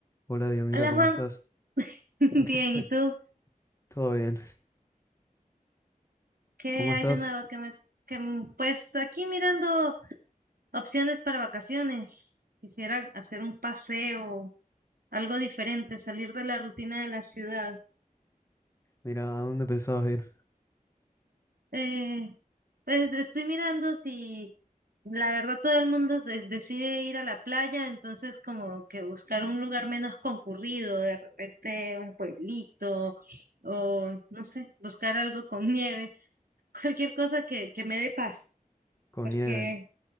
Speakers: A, on the left; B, on the right.
A: Hola, Dios, mira,
B: Hola
A: ¿cómo
B: Juan,
A: estás?
B: <laughs> bien,
A: <laughs>
B: ¿y tú?
A: Todo bien.
B: ¿Qué
A: ¿Cómo
B: hay
A: estás?
B: de nuevo? Que me, que, mm, pues aquí mirando opciones para vacaciones. Quisiera hacer un paseo, algo diferente, salir de la rutina de la ciudad.
A: Mira, ¿a dónde pensabas ir?
B: Eh, pues estoy mirando si la verdad todo el mundo de- decide ir a la playa, entonces como que buscar un lugar menos concurrido, de repente un pueblito o no sé, buscar algo con nieve, <laughs> cualquier cosa que, que me dé paz,
A: ¿Con
B: porque
A: nieve?